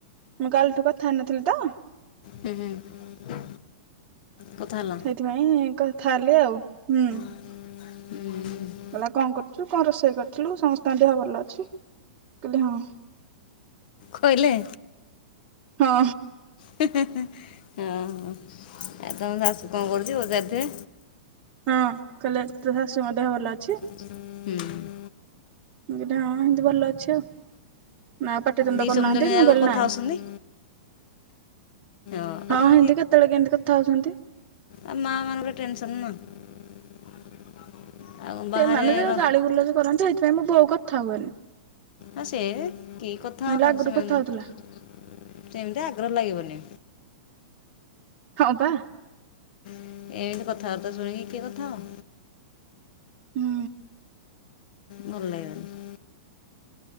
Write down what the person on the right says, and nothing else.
ମୁଁ କାଲିଠୁ କଥା ହେଇ ନଥିଲି ତ।
ହେଇଥିପାଇଁ କଥା ହେଲି ଆଉ ହୁଁ।
କହିଲା କଣ କରୁଛୁ କଣ ରୋଷେଇ କରିଥିଲୁ ସମସ୍ତଙ୍କ ଦେହ ଭଲ ଅଛି କହିଲି ହଁ।
ହଁ
ହଁ, କଇଲେ ତୋ ଶାଶୁଙ୍କ ଦେହ ଭଲ ଅଛି?
ମୁଁ ହଁ ହଁ ଏମତି ଭଲ ଅ ଛିଇ ଆଉ ନା ଆଉ ପାଟିିତୁଣ୍ଡ
କରୁନାହାନ୍ତି
ମୁଁ କହିଲ
ନାଇ।
ହଁ
ହେନ୍ତି କେତେବେଳେ କେନ୍ତି କଥା ହଉଛନ୍ତି।
ସେମାନେ ଯୋଉ
ଗାଳିଗୁଲଜ କରନ୍ତି ହେଇଥିପାଇଁ ମୋ ବୋଉ କଥା ହୁଏନି।
ନହେଲେ
ଆଗରୁ
କଥା ହଉଥିଲା
ହଁ ପା।
ହୁଁ